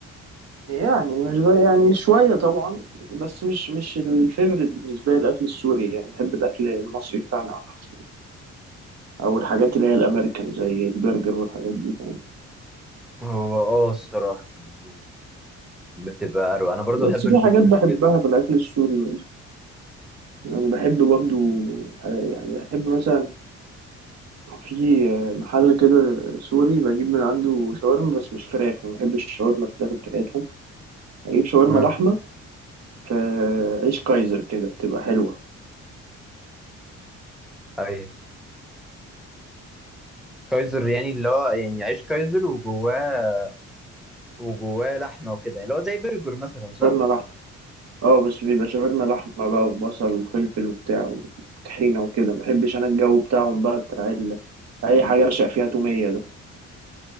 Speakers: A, on the right; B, in the centre.
A: يعني مش بقى يعني شوية طبعا بس مش مش الفيفوريت بالنسبة لي الأكل السوري يعني بحب الأكل المصري بتاعنا أحسن أو الحاجات اللي هي الأمريكان زي البرجر والحاجات دي فاهم
B: هو اه الصراحة يعني بتبقى أروع أنا برضو
A: بس
B: بحب البرجرز
A: في حاجات بحبها
B: جدا
A: في الأكل السوري برضه. يعني بحب برضو يعني بحب مثلا في محل كده سوري بجيب من عنده شاورما بس مش فراخ ما بحبش الشاورما الفراخ بتاعتهم بجيب شاورما
B: اه
A: لحمة في عيش كايزر كده بتبقى حلوة
B: أيوة كايزر يعني اللي هو يعني عيش كايزر وجواه وجواه لحمة وكده يعني اللي هو زي برجر مثلا صح؟
A: شاورما لحمة اه بس بيبقى شاورما لحمة بقى وبصل وفلفل وبتاع وطحينة وكده مبحبش أنا الجو بتاعهم بقى بتاع ال... أي حاجة أرشق فيها تومية ده